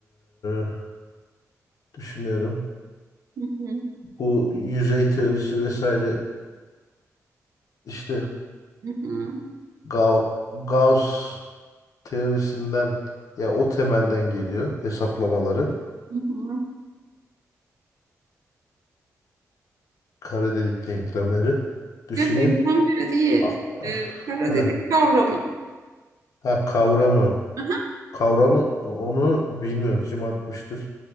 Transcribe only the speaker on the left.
Ee, düşünüyorum.
Bu yüzey teorisi vesaire işte
Ga- Gauss teorisinden ya o temelden geliyor hesaplamaları.
Kara delik denklemleri. Düşüneyim.
A- ah,
heh.
ha, kavramı.
Kavramı onu bilmiyorum kim atmıştır.